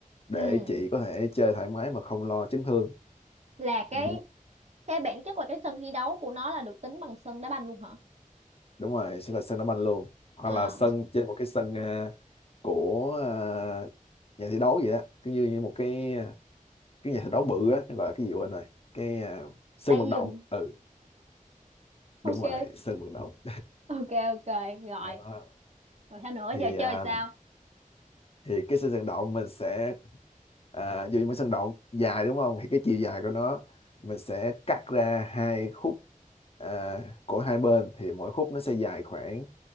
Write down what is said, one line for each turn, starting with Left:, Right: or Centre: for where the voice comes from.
Left: để
Right: ừ
Left: chị có thể chơi thoải mái mà không lo chấn thương
Right: là
Left: ừ.
Right: cái cái bản chất là cái sân thi đấu của nó là được tính bằng sân đá banh luôn hả
Left: đúng rồi sẽ là sân đá banh luôn hoặc
Right: à
Left: là sân trên một cái sân à, của à, nhà thi đấu vậy đó cứ như, như một cái à, cái nhà thi đấu bự á nó gọi là cái gì quên rồi cái à, sân
Right: tay
Left: vận động
Right: giùm
Left: ừ
Right: ok
Left: đúng rồi sân vận động
Right: ok ok rồi
Left: <laughs> Đó.
Right: rồi sao nữa
Left: thì
Right: giờ
Left: à,
Right: chơi sao
Left: thì cái sân vận động mình sẽ à, dù như một sân động dài đúng không thì cái chiều dài của nó mình sẽ cắt ra hai khúc à, của hai bên thì mỗi khúc nó sẽ dài khoảng